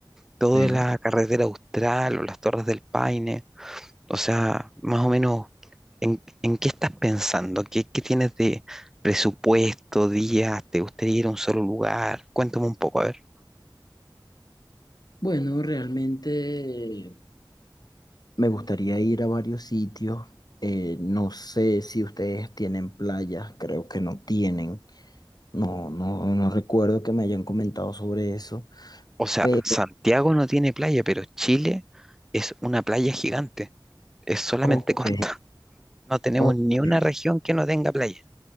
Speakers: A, in the centre; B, on the left.
A: toda
B: Ok.
A: la carretera austral o las Torres del Paine, o sea, más o menos, ¿en, en qué estás pensando? ¿Qué, qué tienes de presupuesto, días? ¿Te gustaría ir a un solo lugar? Cuéntame un poco, a ver.
B: Bueno, realmente Me gustaría ir a varios sitios. eh, no sé si ustedes tienen playas, creo que no tienen. No, no, no recuerdo que me hayan comentado sobre eso.
A: O sea,
B: Pero,
A: Santiago no tiene playa, pero Chile es una playa gigante. Es solamente
B: ok,
A: costa. No tenemos
B: ok.
A: ni una región que no tenga playa.